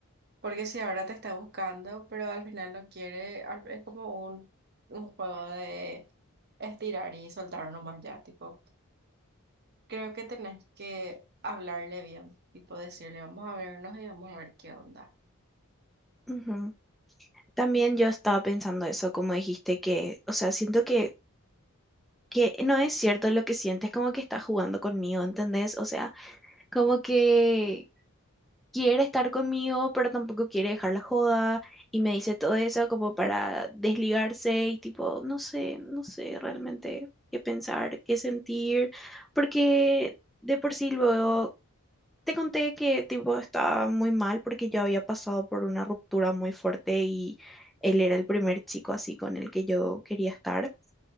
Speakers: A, on the right; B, in the centre.
A: Porque si ahora te está buscando, pero al final no quiere, al- es como un, un juego de estirar y soltar nomás ya, tipo, creo que tenés que hablarle bien, tipo decirle, vamos a vernos y vamos a ver qué onda.
B: Ujú. También yo estaba pensando eso, como dijiste, que, o sea, siento que, que no es cierto lo que sientes, como que estás jugando conmigo, ¿entendés? O sea, como que quiere estar conmigo, pero tampoco quiere dejar la joda y me dice todo eso como para desligarse y tipo, no sé, no sé realmente qué pensar, qué sentir, porque de por sí luego Te conté que tipo estaba muy mal porque yo había pasado por una ruptura muy fuerte y él era el primer chico así con el que yo quería estar.